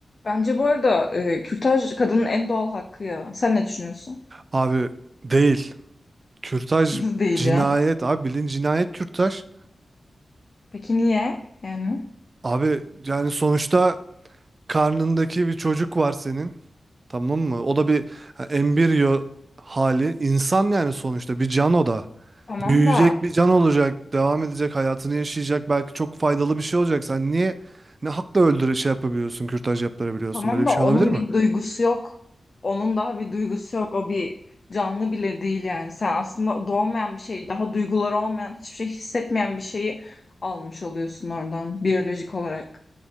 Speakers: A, on the left; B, on the right.
A: Bence bu arada e, kürtaj kadının en doğal hakkı ya. Sen ne düşünüyorsun?
B: Abi değil. Kürtaj
A: <laughs> Değil
B: cinayet
A: ya.
B: abi bilin cinayet kürtaj.
A: Peki niye? Yani
B: Abi yani sonuçta karnındaki bir çocuk var senin. Tamam mı? O da bir ha, embriyo hali. insan yani sonuçta bir can o da.
A: tamam
B: Büyüyecek
A: da
B: bir can olacak. Devam edecek hayatını yaşayacak. Belki çok faydalı bir şey olacak. Sen niye ne hakla öldürü şey yapabiliyorsun, kürtaj yaptırabiliyorsun?
A: tamam
B: Böyle bir
A: da
B: şey
A: onun
B: olabilir mi?
A: bir duygusu yok. Onun daha bir duygusu yok. O bir canlı bile değil yani. Sen aslında doğmayan bir şey, daha duyguları olmayan, hiçbir şey hissetmeyen bir şeyi almış oluyorsun oradan biyolojik olarak.